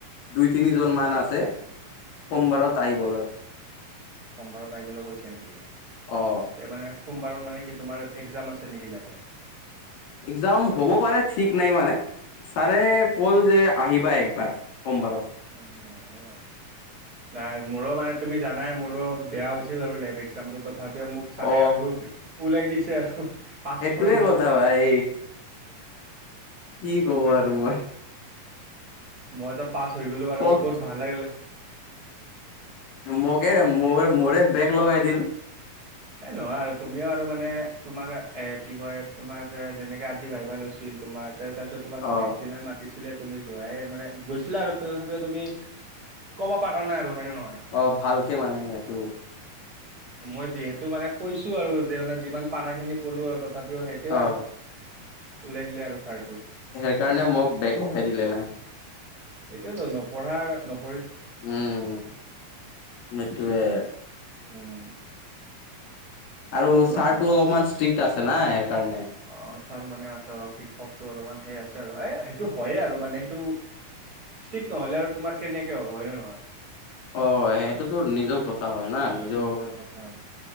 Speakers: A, on the left; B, on the right.
A: দুই তিনিজন মান আছে। সোমবাৰত আহিবলৈ।
B: সোবাৰত আহিবলে কৈছে নেকি?
A: অ।
B: এ মানে সোমবাৰত মানে কি তোমাৰ একজাম আছে নেকি লেবৰ?
A: একজাম হ'ব পাৰে ঠিক নাই মানে। ছাৰে কল যে আহিবা একবাৰ সোমবাৰত।
B: অ। নাই মোৰো মানে তুমি জানাই মোৰো বেয়া হৈছিল আৰু লেব এক্সামটো তথাপ- পিও মোক চাৰে
A: অ
B: আৰু ওলাই দিছে আৰু। পাছ
A: সেইটোয়ে
B: খৰাই দিছে
A: কথা
B: তোখ,
A: ভাই কি কব
B: গম পাইছা?
A: আৰু মই
B: মইতো পাছ হৈ গলো আৰু
A: কওক
B: মোৰ বহুত ভাল লাগিলে।
A: মোকে মোক মোৰে বেগ লগাই দিল।
B: এ নহয় আৰু তুমিও আৰু মানে তোমাক এ কি কয় তোমাক যেনেকে আজি ভাবিবা লৈছ- ছিল তোমাৰ তাতে তাছত তোমাক
A: অ
B: নেক্সট দিনা মাতিছিলে তুমি যোৱাই মানে গৈছিলা আক তথাপিও তুমি ক'বা পাৰা নাই আৰু হয়নে নহয়।
A: অ ভালকে মানে সেইটো
B: মই যিহেতু মানে কৈছো আৰু যে মান যিমান পাৰাখিনি কলো আৰু তথাপিও সেইটোৱে
A: অ
B: আৰু। ওলাই দিলে আৰু ছাৰ।
A: সেই কাৰণে মোক বেগ লগাই দিলে না।
B: সেটোৱে ত নপঢ়া ন-
A: উম তেটোৱে।
B: উম।
A: আৰু
B: কি ক'বা
A: ছাৰটো অলপমান ষ্ট্ৰিক্ট আছে না সেই কাৰণে।
B: অ ছাৰ মানে আছে অলপ, শিক্ষকটো অলপমান সেই আছে আৰু এ সেইটো হয়য়ে আৰু মানে সেটো ষ্টিক নহ'লে আৰু তোমাৰ কেনেকে হ'ব, হয় নে নহয়?
A: অ সেইটোতো নিজৰ কথা হয় না নিজ-
B: নিজৰ কথা আৰু